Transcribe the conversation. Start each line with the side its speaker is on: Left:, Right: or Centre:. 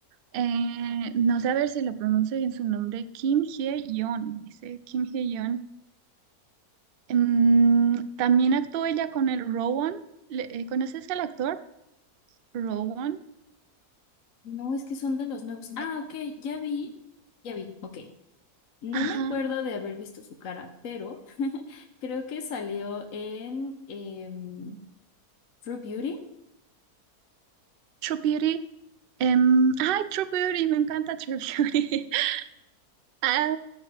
Right: Eh, no sé a ver si lo pronuncio bien su nombre, Kim Hye-yeon, dice Kim Hye-yeon. Mm, también actuó ella con el Rowan. Le- eh, ¿conoces al actor? Rowan.
Left: No, es que son de los nuevos.
Right: algo.
Left: Ah, ok, ya vi. Ya vi, ok. No
Right: Ajá.
Left: me acuerdo de haber visto su cara, pero creo que salió en em, True Beauty.
Right: True Beauty. Em, ay, True Beauty, me encanta True Beauty. <laughs> Ah,